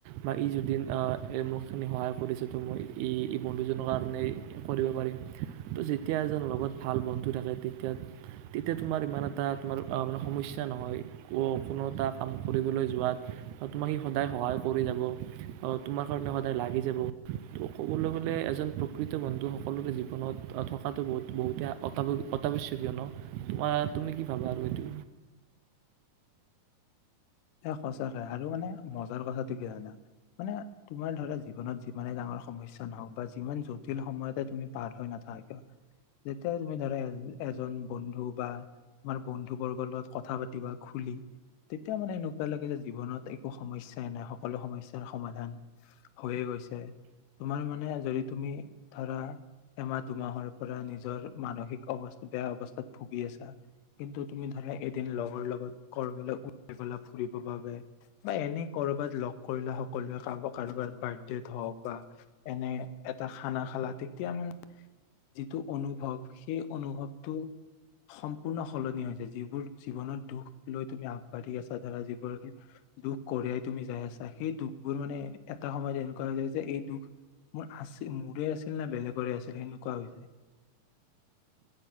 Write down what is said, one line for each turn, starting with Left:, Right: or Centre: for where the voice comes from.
Right: বা ই যদিন মোকখিনি সহায় কৰিছে তো মই ই বন্ধুজনৰ কাৰণে কৰিব পাৰিম ত' যেতিয়া এজন লগত ভাল বন্ধু থাকে তেতিয়া তেতিয়া তোমাৰ ইমান এটা তোমাৰ মানে সমস্যা নহয় ক কোনো এটা কাম কৰিবলৈ যোৱাত তোমাক সি সদায় সহায় কৰি যাব তোমাৰ কাৰণে সদায় লাগি যাব ত' ক'বলৈ গ'লে এজন প্ৰকৃত বন্ধু সকলোৰে জীৱনত থকাটো বহুতে অতাৱশ্যকীয় ন তোমাৰ তুমি কি ভাবা আৰু এইটো
Left: এ সঁচাকে হয় আৰু মানে মজাৰ কথাটো কি জানা মানে তোমাৰ ধৰা জীৱনত যিমানে ডাঙৰ সমস্যা নহওক বা যিমান জটিল সময়তে তুমি পাৰ হৈ নাথাক কিয় যেতিয়া তুমি ধৰা এজন বন্ধু বা তোমাৰ বন্ধু বৰ্গৰ লগত কথা পাতি বা খুলি তেতিয়া মানে এনো কিবা লাগে যে জীৱনত একো সমস্যাই নাই সকলো সমস্যাৰ সমাধান হৈয়ে গৈছে, তোমাৰ মানে যদি তুমি ধৰা এমাহ দুমাহৰ পৰা নিজৰ মানসিক অৱস্থা বেয়া অৱস্থাত ভুগি আছা কিন্তু তুমি ধৰা এদিন লগৰ লগত কৰ্মলৈ উলাই গলা ফুৰিব বাবে বা এনে কৰবাত লগ কৰিলা সকলোৱে কাৰব কাৰোবাৰ বাৰ্থডেত হওক বা এনে এটা খানা খালা তেতিয়া মানে যিটো অনুভৱ সেই অনুভৱটো সম্পূৰ্ণ সলনি হৈছে যিবোৰ জীৱনত দুখ লৈ তুমি আগবাঢ়ি আছা ধৰা যিবোৰ দুখ কঢ়িয়াই তুমি যাই আছা সেই দুখবোৰ মানে এটা সময়ত এনেকুৱা হৈ যায় যে এই দুখ মোৰ আছিল মোৰে আছিল নে বেলেগৰে আছিল সেনেকুৱা হৈ যায়।